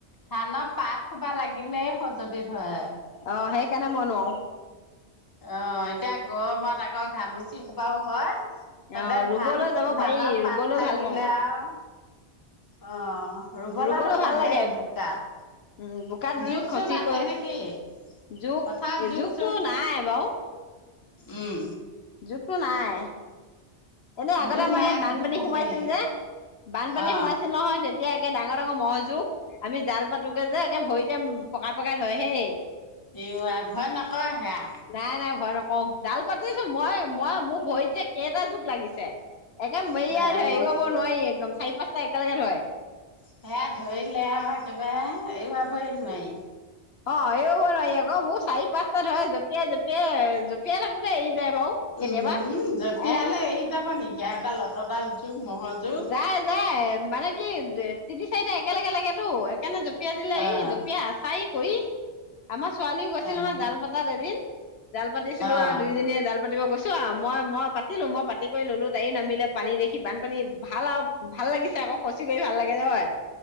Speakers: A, on the left (about 20°); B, on the left (about 65°).
A: ধানৰ পাত খোবা লাগিলেই খজুতি ধৰে।
B: অ সেইকাৰণে মই নোৱাৰো।
A: অ এতিয়া গৰমত আকৌ ঘামুচি খোবাও হয়। তাতে
B: অ ৰুবলৈ
A: ধান
B: যাব পাৰি
A: ধানৰ
B: ৰুবলৈ
A: পাত লাগিলে
B: ভাল পাওঁ
A: আউ। অ ৰুবলৈতো
B: ৰুবলৈ
A: ভালেই
B: ভাল লাগে
A: বোকাত।
B: উম বোকাত ৰুই
A: জোক
B: খচি
A: চোক আছে
B: কৈ
A: নেকি
B: জোক
A: পথাৰত
B: জোকটো
A: চোক
B: নাই বাও।
A: উম।
B: জুকটো নাই। এনেই আগতে
A: জোক
B: আমাৰ
A: নাই
B: ইয়াত বানপানী
A: যদি ভালেই
B: সোমাইছিল যে বানপানী
A: অ
B: সোমাইছিল নহয় তে, তিয়া একে ডাঙৰ ডাঙৰ মহজোক। আমি জাল পাতোগে যে একে ভৰিতে পকাই পকাই ধৰে হেই।
A: ই আই ভয় নকৰে হেয়া।
B: নাই নাই ভয় নকওঁ জাল পাতিছো মই মই মোৰ ভৰিত যে কেইটা জুক লাগিছে। একে মেৰিয়াই
A: সেয়া
B: ধৰে
A: উফ
B: এওৱাব নোৱাৰি একদম চাৰি পাঁচটা একেলগে ধৰে।
A: সেয়া ধৰিলে আউ একেবাৰে এৰুৱাবই নোৱাৰি।
B: অ এই হ'ব নোৱাৰি মোৰ চাৰি পাঁচটাত হয় জঁপিয়াই জঁপিয়াই থাকোতে এৰি যায় বাৰু, কেতিয়াবা
A: উমম জপিয়ালে
B: এ
A: এৰি যাব নেকি এডাল অতডাল জুক ম'হৰ জোক।
B: যায় যায় মানে কি তিনি চাৰিটা একেলগে লাগে‌তো সেইকাৰণে জ জপিয় দিলা
A: আহ
B: ই জপিয়া আচাই কৰি আমাৰ ছোৱালিউ‌ গৈছিল
A: আহ
B: জাল পতাত এদিন। জাল পাতিছিলো
A: আহ
B: আৰু দুইজনীয়ে জাল, পাতিব গৈছো মই মই পাতিলো মই পাতি কৰি ললো তায়ো নামিলে পানী দেখি বানপানী। ভাল আৰু ভাল লাগিছে আকৌ খচি কৰি ভাল লাগে নহয়